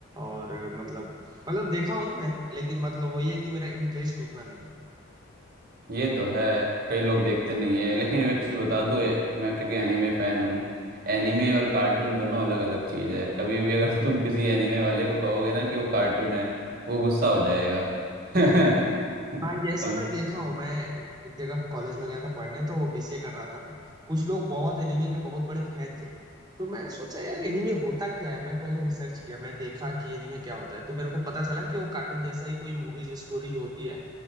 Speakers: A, on the right; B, on the right.
A: और मतलब मतलब देखा हूँ मैं लेकिन मतलब वही है कि मेरा इंटरेस्ट उतना नहीं है
B: ये तो है कई लोग देखते नहीं है लेकिन एक चीज बता दूं ए- मैं क्योंकि एनीमे फैन हूँ एनीमे और कार्टून दोनों अलग अलग चीज है कभी भी अगर <laughs> तुम किसी एनीमे वाले को कहोगे ना कि वो कार्टून है वो गुस्सा हो जाएगा <laughs>
A: हाँ जैसा
B: तुम
A: मैं देखा हूँ मैं एक जगह कॉलेज में गया था पढ़ने तो वो बीसीए कर रहा था मैं कुछ लोग बहुत एनीमे के बहुत बड़े फैन थे तो मैं सोचा यार एनीमे होता क्या है मैं पहले रिसर्च किया मैं देखा कि एनीमे क्या होता है तो मेरे को पता चला कि वो कार्टून जैसा ही कोई मूवीज स्टोरी जो होती है